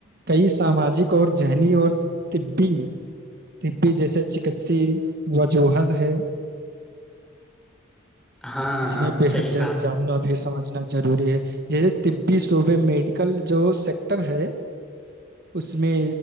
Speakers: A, on the right; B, in the centre.
A: کئی ساماجک اور ذہنی اور طببی طبی جیسے چک سی وجوہس ہے
B: ہاں
A: جنہیں
B: ہاں
A: بےحد
B: صحیح کہا
A: جاننا بھی سمجھنا ضروری ہے جیسے طبی صوبے میڈیکل جو س ٹر ہے اس میں